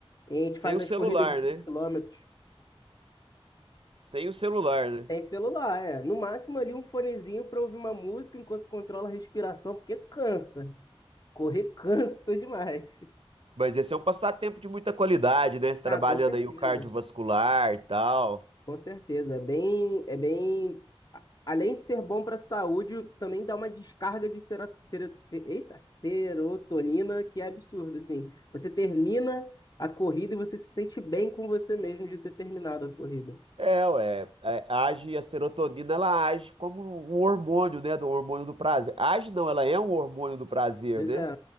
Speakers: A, on the left (about 40°); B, on the right (about 65°).
A: A gente
B: Sem
A: faz
B: o
A: as
B: celular,
A: corridas de 5
B: né?
A: quilômetros.
B: Sem o celular, né?
A: Tem celular, é. No máximo ali um fonezinho para ouvir uma música enquanto controla a respiração, porque cansa. Correr cansa <laughs> demais.
B: Mas esse é um passatempo de muita qualidade, né? Você trabalhando
A: Ah, com certeza.
B: aí o cardiovascular e tal.
A: Com certeza, é bem, é bem, a- além de ser bom para a saúde, também dá uma descarga de sera, sera, se- eita, serotonina que é absurda, assim. Você termina a corrida e você se sente bem com você mesmo de ter terminado a corrida.
B: É, ué, é, age, a serotonina, ela age como um hormônio, né? Do hormônio do prazer. Age não, ela é um hormônio do prazer,
A: Pois
B: né?
A: é,